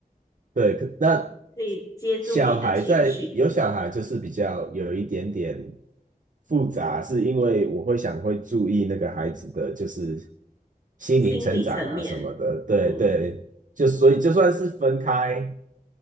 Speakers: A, on the right; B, on the left.
A: 对，可那
B: 嗯，可以接住你的情绪、
A: 小孩在有小孩就是比较有一点点复杂，是因为我会想会注意那个孩子的就是心灵成长啊什么的，
B: 心理层面，
A: 对对，
B: 嗯
A: 就所以就算是分开，